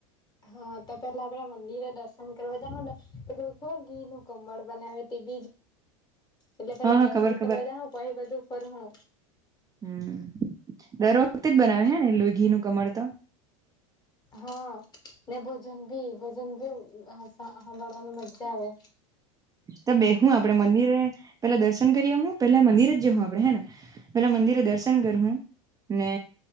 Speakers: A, on the left; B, on the right.
A: હા તો પેલા આપડે મંદિરે દર્શન કરવા જાહું ને પેલું કોણ ઘીર નું કમળ બનાવે તે <unintelligible> એટલે પેલા
B: હા હા
A: દર્શન
B: ખબર ખબર
A: કરવા જાહું પહી બધું ફર હું
B: હમ દર વખતે જ બનાવે હે ને લો ઘીનું કમળ તો
A: હા. ને ભોજન ભી ભજન ભી હસા હાભળવાની મજ્જા આવે.
B: ત બેહું આપડે મંદિરે પેલા દર્શન કરીઅહું પેલા મંદિર જહું આપડે હે ને પેલા મંદિરે દર્શન કર હું ને